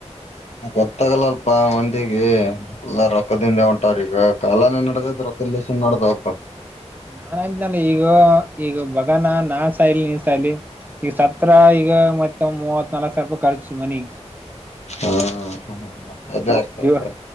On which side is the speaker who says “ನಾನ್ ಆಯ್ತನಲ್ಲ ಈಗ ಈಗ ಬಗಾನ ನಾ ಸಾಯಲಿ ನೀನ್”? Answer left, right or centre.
Right